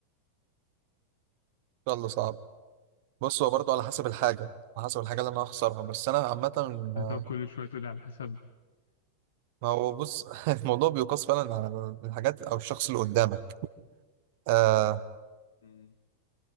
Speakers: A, on the right; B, on the left.
A: يلا صعب بص هو برضه على حسب الحاجة على حسب الحاجة اللي أنا هخسرها بس أنا عامة آه،
B: هتقعد كل شوية تقولي على حسب
A: ما هو بص <laughs> الموضوع بيقاس فعلا على الحاجات أو الشخص اللي قدامك آه
B: مم.